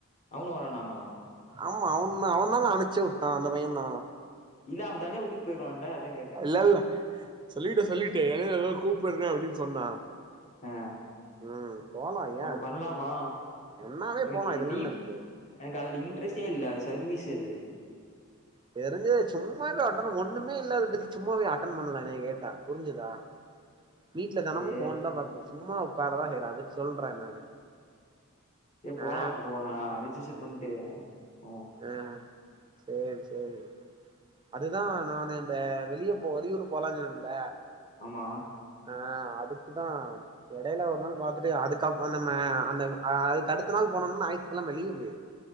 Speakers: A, on the left; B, on the right.
A: அவனு வரானாமா
B: ஆமா அவனு தா அவெ தானே அனுச்சி விட்டா அந்த பைய தா
A: இல்ல அவெ தனியா விட்டுட்டு போய்ருவான்ல அதா கேட்டே
B: இல்ல இல்ல சொல்லிட்டு சொல்லிட்டு இடைல ஏதோ கூப்பிட்றே அப்டின்னு சொன்னா
A: அஹ்
B: ம் போலா
A: அப்ப
B: ஏ
A: பண்லாமா
B: ஒன்னாவே
A: அன்னக்கி
B: போலா இதுல
A: டீப்
B: என்ன இருக்கு
A: எனக்கு அதுல இன்ட்ரெஸ்ட்டே இல்ல அது சர்வீஸ் அது
B: தெரிஞ்சது சும்மா போய் அட்டன் ஒண்ணுமே இல்லாததுக்கு சும்மா போய் அட்டன் பண்ணலா என்னய கேட்டா புரிஞ்சுதா வீட்ல தெனமு
A: சரி
B: ஃபோன் தா பாப்போ சும்மா உட்காரதா செய்யறோ அதுக்கு சொல்றே நானு
A: ஏ போலா
B: ஆ
A: அப்ப போலா ரிஜிஸ்டர் பண்ட்டு ம்
B: அ சேரி சேரி அதுதா நானு அந்த வெளிய போ வெளியூர் போலானு சொன்னல்ல
A: ஆமா
B: ஆ அதுக்குதா எடைல ஒரு நாள் பாத்துட்டு அதுக்கப் நம்ம அந்த அதுக்கு அடுத்த நாள் போனோனா ஞாயித்து கிழம லீவ்வு